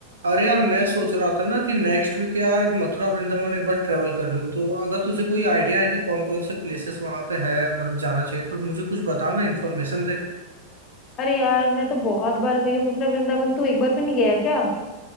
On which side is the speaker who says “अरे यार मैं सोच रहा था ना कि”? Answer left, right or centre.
Right